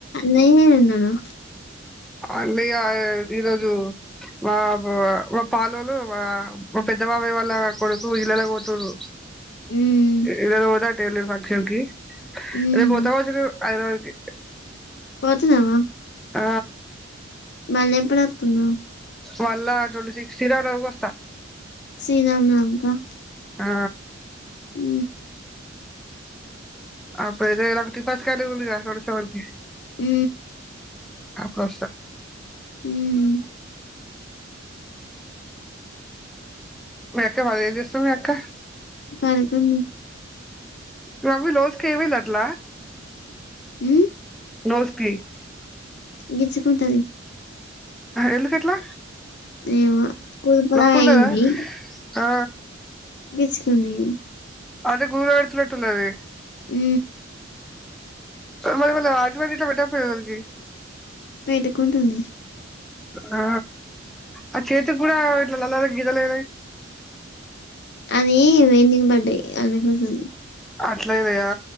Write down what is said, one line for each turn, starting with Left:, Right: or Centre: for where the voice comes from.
Left: నేనా
Centre: అన్నయ్య ఈరోజు మా మా పాలులు మా మా పెద్ద బాబాయ్య వాళ్ళ కొడుకు ఇలానే పోతడు
Left: ఉమ్
Centre: ఈనెల పోతావా టైలర్ ఫంక్షన్ కి
Left: ఉమ్
Centre: రేపు పోతా కావచ్చు హైదరాబాద్ గ
Left: పోతున్నావా
Centre: ఆ
Left: మళ్లీ ఎప్పుడు వత్తున్నావ్
Centre: వళ్ళ ట్వంటీ సిక్స్ తరాకి వస్తా
Left: సీనామనవమికా
Centre: ఆ
Left: ఉ
Centre: అప్పుడు ఇదలా ఒకటిపాస్ కాాల ఉందిగా థోడస వల్కి
Left: ఊ
Centre: అప్పుడుస్త <unintelligible>
Left: ఉమ్
Centre: మీ అక్క మరి ఏం చేస్తం మీ అక్క
Left: పడుకుంది
Centre: రవి నోస్ కి ఏమైంది అట్లా
Left: ఎమ్
Centre: నోస్ కి
Left: గిచ్చుకుంటది,
Centre: ఎందుకట్లా
Left: ఎమో కుల్పలా
Centre: నొప్పి ఉండదా
Left: అయింది,
Centre: ఆ
Left: గిచ్చుకుంది,
Centre: అది కూడా ఏడిచిపెటలేదు అది
Left: ఉ
Centre: మరి ఏమన్నా ఆయింట్మెంట్ గిట్ల పెట్టకపోయిరు,
Left: పెట్టుకున్నది
Centre: ఆ ఆ చేతి కూడా ఇట్లా నల్ల నల్ల గీతలు
Left: అది వెడి నీళ్లు పడాయి అందుకోసం
Centre: అట్లయినయా